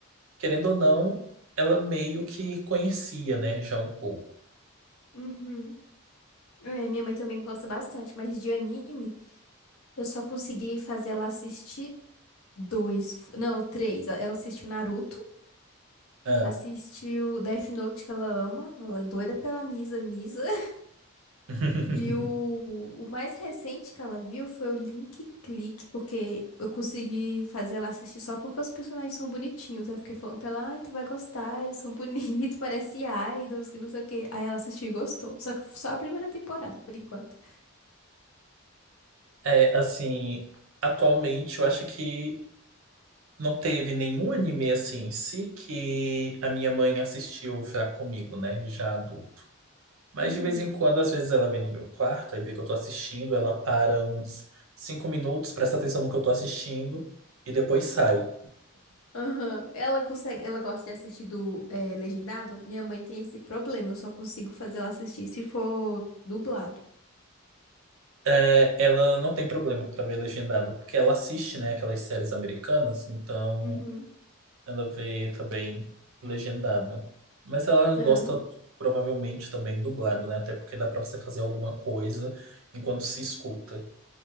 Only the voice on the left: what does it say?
uhum. É, minha mãe também gosta bastante, mas de anime, eu só consegui fazer ela assistir dois, f- não, três. Ela assistiu Naruto,
assistiu Death Note, que ela ama, ela é doida pela Misa Misa. <laughs>
E o, o mais recente que ela viu foi o Link Click, porque eu consegui fazer ela assistir só porque os personagens são bonitinhos. Eu fiquei falando pra ela, ai, tu vai gostar, eles são bonitos, <laughs> parece idols, que não sei o quê. Aí ela assistiu e gostou. Só que só a primeira temporada, por enquanto.
Uhum.
Aham. Ela consegue, ela gosta de assistir do eh, legendado? Minha mãe tem esse problema, eu só consigo fazer ela assistir se for dublado.
Uhum.
Ah,